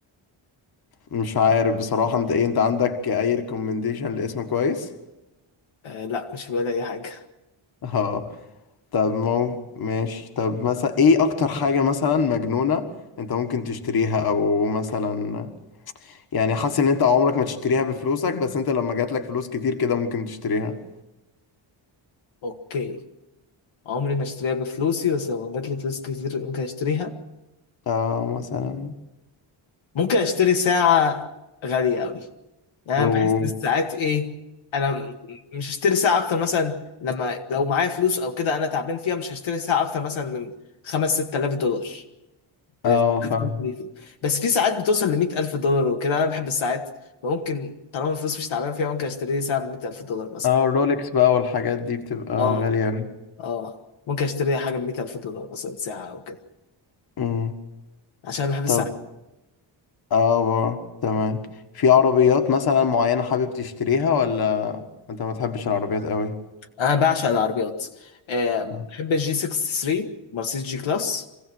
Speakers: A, on the left (about 45°); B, on the left (about 70°).
A: مش عارف بصراحة انت ايه انت عندك اي ريكومنديشن لاسم كويس
B: آه لا مش هبقى اي حاجه
A: اه طب مو ماشي طب مثلا ايه اكتر حاجة مثلا مجنونة انت ممكن تشتريها او مثلا يعني حاسس ان انت عمرك ما تشتريها بفلوسك بس انت لما جات لك فلوس كتير كده ممكن تشتريها
B: اوكي عمري ما اشتريها بفلوسي بس لو جات لي فلوس كتير ممكن اشتريها
A: اه مثلا
B: ممكن اشتري ساعه غاليه قوي يعني
A: اوه
B: بحس إن الساعات ايه انا م- مش هشتري ساعه اكتر مثلا لما لو معايا فلوس او كده انا تعبان فيها مش هشتري ساعه اكتر مثلا من 5 6000 دولار ده-
A: اه فاهم
B: <laughs> بس في ساعات بتوصل ل 100000 دولار وكده انا بحب الساعات فممكن طالما الفلوس مش تعبان فيها ممكن اشتري ساعه ب 100000 دولار مثلا
A: اه الرولكس بقى والحاجات دي بتبقى
B: اه
A: غالية أوي
B: اه ممكن اشتري حاجه ب 100000 دولار مثلا ساعه او كده
A: امم
B: عشان بحب الساعات
A: طب اه بقى. تمام في عربيات مثلا معينة حابب تشتريها ولا انت ما تحبش العربيات قوي
B: انا بعشق العربيات آم،
A: اه
B: بحب الجي 63 مرسيدس جي كلاس